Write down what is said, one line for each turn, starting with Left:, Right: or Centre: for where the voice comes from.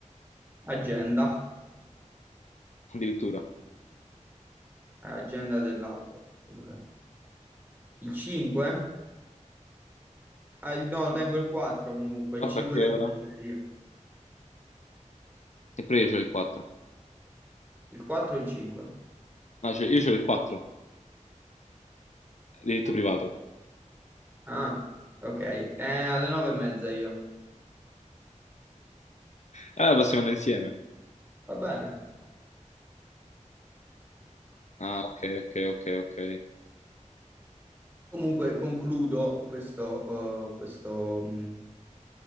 Right: Agenda,
Left: addirittura.
Right: Eh, agenda dell'app. Dov'è? Il 5? Ah, il- no, lo tengo il 4 comunque,
Left: 4
Right: il 5
Left: a che
Right: tengo
Left: ora?
Right: in libreria.
Left: E poi io c'ho il 4.
Right: Il 4 o il 5?
Left: No, cioè, io c'ho il 4, diritto privato.
Right: Ah, ok, Eh, alle 9 e mezza io.
Left: Allora possiamo andare insieme.
Right: Va bene.
Left: Ah, ok, ok, ok, ok.
Right: Comunque concludo questo, eh, questo, mh,